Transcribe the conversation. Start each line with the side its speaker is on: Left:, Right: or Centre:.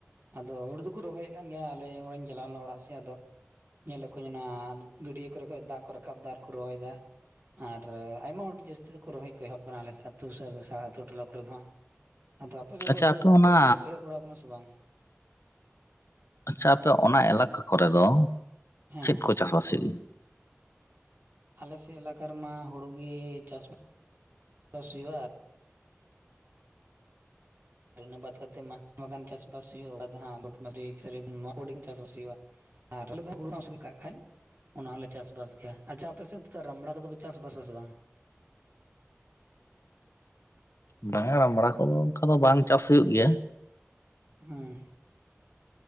Right: ᱟᱫᱚ ᱦᱩᱲᱩ ᱫᱚᱠᱚ ᱨᱚᱦᱚᱭᱮᱫ ᱠᱟᱱ ᱜᱮᱭᱟ ᱟᱞᱮ ᱦᱚᱜᱤᱧ ᱪᱟᱞᱟᱣ ᱞᱮᱱᱟ ᱚᱲᱟᱜ ᱥᱮ ᱟᱫᱚ ᱧᱮᱞᱮᱫ ᱠᱚᱭᱤᱧ ᱚᱱᱟ ᱜᱟᱹᱰᱭᱟᱹ ᱠᱚᱨᱮ ᱠᱷ ᱫᱟᱜ ᱠᱚ ᱨᱟᱠᱟᱵ ᱫᱟ ᱟᱨᱠᱚ ᱨᱚᱦᱚᱭᱮᱫᱟ ᱟᱨ ᱟᱭᱢᱟ ᱦᱚᱲᱟᱜ ᱡᱟᱹᱥᱛᱤ ᱫᱚᱠᱚ ᱨᱚᱦᱚᱭ ᱠᱚ ᱮᱦᱚᱵ ᱟᱠᱟᱱᱟ ᱟᱹᱛᱩ ᱥᱩᱨ ᱟᱛᱳ ᱴᱚᱞᱟ ᱠᱚᱨᱮ ᱫᱚ ᱦᱟᱜ ᱟᱫᱚ ᱟᱯᱮ ᱥᱮᱫ
Left: ᱟᱪᱪᱷᱟ
Right: ᱫᱚ
Left: ᱟᱯᱮ
Right: ᱦᱩᱲᱩ
Left: ᱚᱱᱟ
Right: ᱨᱚᱦᱚᱭ ᱠᱚᱫᱚ ᱠᱚ ᱮᱦᱚᱵ ᱵᱟᱲᱟᱣ ᱟᱠᱟᱱᱟ ᱥᱮ ᱵᱟᱝ
Left: ᱟᱪᱪᱷᱟ ᱟᱯᱮ ᱚᱱᱟ ᱮᱞᱟᱠᱟ ᱠᱚᱨᱮ ᱫᱚ
Right: ᱦᱮᱸ
Left: ᱪᱮᱫ ᱠᱚ ᱪᱟᱥᱵᱟᱥᱮᱫ
Right: ᱟᱞᱮᱥᱮᱫ ᱮᱞᱟᱠᱟ ᱨᱮᱢᱟ ᱦᱩᱲᱩ ᱜᱮ ᱪᱟᱥᱵᱟᱥ ᱦᱩᱭᱩᱜᱼᱟ ᱤᱱᱟᱹ ᱵᱟᱫ ᱠᱟᱛᱮ ᱢᱟ ᱪᱟᱥ ᱵᱟᱥ ᱦᱩᱭᱩᱜᱼᱟ ᱵᱴ ᱢᱟᱥᱤᱰᱤ <unintelligible> ᱪᱟᱥ ᱵᱟᱥ ᱦᱩᱭᱩᱜᱼᱟ ᱟᱨ ᱟᱞᱮ ᱫᱚ ᱦᱩᱲᱩ ᱫᱚ ᱱᱟᱥᱮ <unintelligible> ᱠᱟᱜ ᱠᱷᱟᱡ ᱚᱱᱟ ᱦᱚᱸᱞᱮ ᱪᱟᱥᱵᱟᱥ ᱜᱮᱭᱟ ᱟᱪᱪᱷᱟ ᱟᱯᱮᱥᱮᱫ ᱨᱟᱢᱵᱲᱟ ᱠᱚᱫᱚ ᱠᱚ ᱪᱟᱥ ᱵᱟᱥᱵᱟᱥ ᱥᱮ ᱵᱟᱝ
Left: ᱵᱟᱝᱟ ᱨᱟᱢᱲᱟ ᱠᱚᱫᱚ ᱚᱱᱠᱟ ᱫᱚ ᱵᱟᱝ ᱪᱟᱥ ᱦᱩᱭᱩᱜ ᱜᱮᱭᱟ
Right: ᱦᱮᱸ